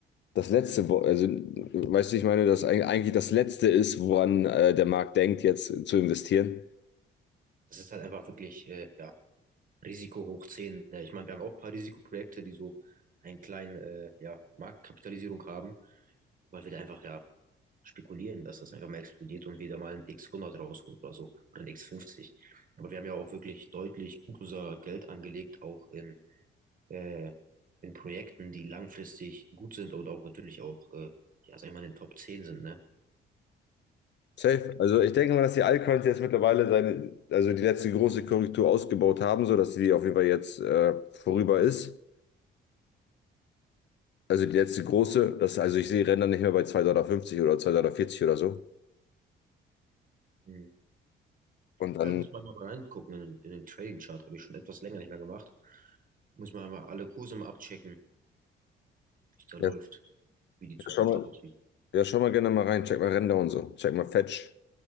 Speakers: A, on the left; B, on the right.
A: das letzte, wo- also weißt du, ich meine, dass eig- eigentlich das letzte ist, woran äh, der Markt denkt, jetzt zu investieren.
B: Das ist halt einfach wirklich, äh, ja, Risiko hoch 10. Ja, ich meine, wir haben auch ein paar Risikoprojekte, die so einen kleinen, äh, ja, Marktkapitalisierung haben, weil wir da einfach, ja, spekulieren, dass das einfach mal explodiert und wir da mal ein X100 rausholen oder so oder ein X50. Aber wir haben ja auch wirklich deutlich gut unser Geld angelegt, auch in, äh, in Projekten, die langfristig gut sind und auch natürlich auch, äh, ja, sag ich mal, in den Top 10 sind, ne?
A: Safe. Also ich denke mal, dass die Altcoins jetzt mittlerweile seine, also die letzte große Korrektur ausgebaut haben, sodass die auf jeden Fall jetzt äh, vorüber ist. Also die letzte große, das, also ich sehe Ränder nicht mehr bei 2,50 Dollar oder 2,40 Dollar oder so.
B: Mhm.
A: Und dann,
B: Ja, muss man mal reingucken in, in den Trading Chart, habe ich schon etwas länger nicht mehr gemacht. Muss man mal alle Kurse mal abchecken, wie es da läuft.
A: ja,
B: wie die
A: ja,
B: Zukunft
A: schau mal,
B: aussieht.
A: ja, schau mal gerne mal rein, check mal Ränder und so, check mal Fetch.